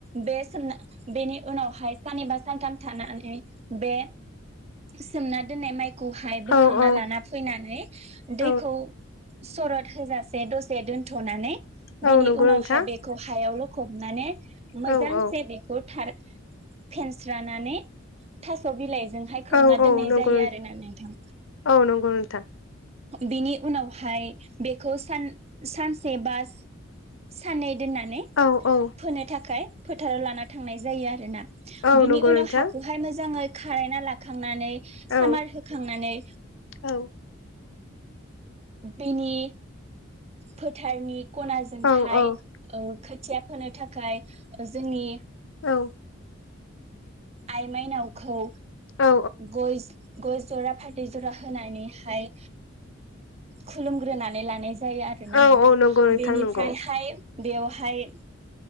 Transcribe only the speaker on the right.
बे सोमना बेनि उनावहाय सानैबा सानथाम थानानै बे सोमना दोननाय माइ खौहाय बोखांना
लाना फैनानै दैखौ
सरत होजासे दसे दोनथनानै।
बेनि
उनावहाय
बेखौ हायाव ल खबनानै मोजांसे
बेखौ फेनस्रारानानै थास बिलाइ जोंहाय खोबना
दोननाय
जायो आरोना नोंथां।
बिनि उनावहाय बेखौ सान-सानसे बा साननै दोननानै
फोनो थाखाय फोथाराव लाना थांनाय जायो आरोना।
बिनि
उनाव हाखौहाय मोजाङै खारायना लाखांनानै
सामार होखांनानै
बिनि फोथारनि खना जोंहाय
ओ खोथिया फोनो थाखाय ओ जोंनि
आइ माइनावखौ
गय गय जरा फाय थै जरा होनानैहाय खुलुमग्रोनानै लानाय जा जायो आरोना
नोंथां
बेनिफ्रायहाय
बेवहाय